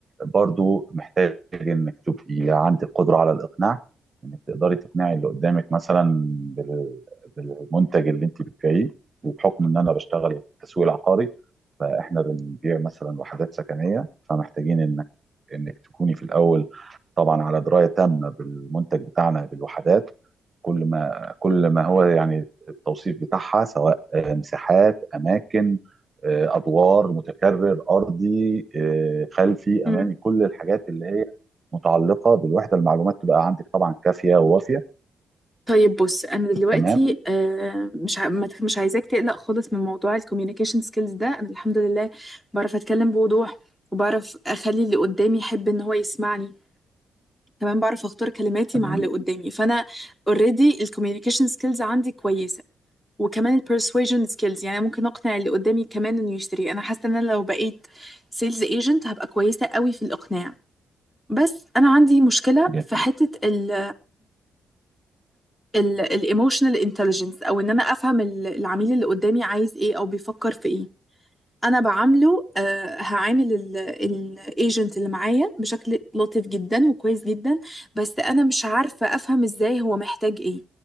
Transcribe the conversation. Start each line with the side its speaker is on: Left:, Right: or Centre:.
Right: برضو محتاج انك تبقي عندك قدره على الاقناع انك تقدري تقنعي اللي قدامك مثلا بال- بالمنتج اللي انت بتبيعيه وبحكم ان انا بشتغل في التسويق العقاري فاحنا بنبيع مثلا وحدات سكنيه فمحتاجين انك انك تكوني في الاول طبعا على درايه تامه بالمنتج بتاعنا بالوحدات كل ما كل ما هو يعني التوصيف بتاعها سواء آه، مساحات اماكن آه، ادوار متكرر ارضي آه، خلفي
Centre: مم.
Right: امامي كل الحاجات اللي هي متعلقه بالوحده المعلومات تبقى عندك طبعا كافيه ووافيه
Centre: طيب بص انا دلوقتي
Right: تمام
Centre: آه، مش ع- ما تخ- مش عايزاك تقلق خالص من موضوع الكوميونيكيشن سكيلز ده انا الحمد لله بعرف اتكلم بوضوح وبعرف اخلي اللي قدامي يحب ان هو يسمعني كمان بعرف اختار كلماتي
Right: تمام
Centre: مع اللي قدامي فانا اوريدي الكوميونيكيشن سكيلز عندي كويسه وكمان البرسويجن سكيلز يعني ممكن اقنع اللي قدامي كمان انه يشتري انا حاسه ان انا لو بقيت سيلز ايجنت هبقى كويسه قوي في الاقناع بس انا عندي مشكله
Right: جميل.
Centre: في حته ال الايموشنال انتليجنس او ان انا افهم ال- العميل اللي قدامي عايز ايه او بيفكر في ايه انا بعامله آه، هعامل الايجنت اللي معايا بشكل لطيف جدا وكويس جدا بس انا مش عارفه افهم ازاي هو محتاج ايه